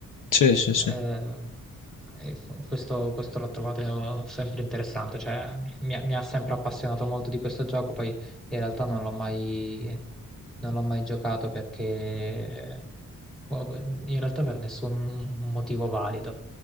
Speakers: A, on the left; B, in the centre.
A: Sì, sì, sì.
B: Eh, e questo, questo l'ho trovato sempre interessante, cioè mi, ha mi ha sempre appassionato molto di questo gioco, poi in realtà non l'ho mai, non l'ho mai giocato perché Boh, beh, in realtà per nessun motivo valido.